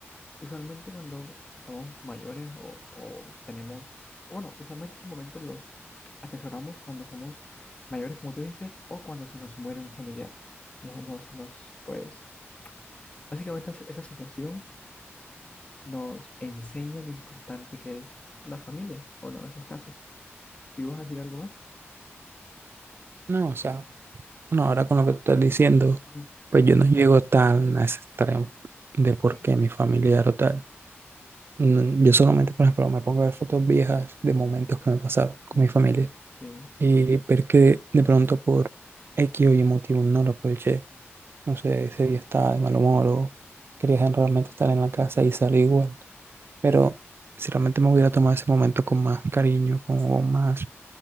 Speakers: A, on the left; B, on the right.
A: usualmente cuando somos mayores o, o tenemos, o bueno, usualmente esos momentos los atesoramos cuando somos mayores, como tú dijiste, o cuando se nos muere un familiar. No, nos, nos, pues, básicamente es- esa situación nos enseña lo importante que es la familia, bueno, en esos casos. ¿Tú ibas a decir algo más?
B: No, o sea, bueno, ahora con lo que estás diciendo,
A: Ujú.
B: pues yo no llego tan a ese extremo de
A: Ok.
B: por qué mi familiar o tal. No, yo solamente, por ejemplo, me pongo a ver fotos viejas de momentos que me pasaron con
A: Mm.
B: mi familia
A: Sí.
B: y ver que de pronto por X o Y motivo no lo aproveché. No sé, ese día estaba de mal humor o quería realmente estar en la casa y salí igual. Pero
A: Mm.
B: si realmente me hubiera tomado ese momento con más cariño, con más,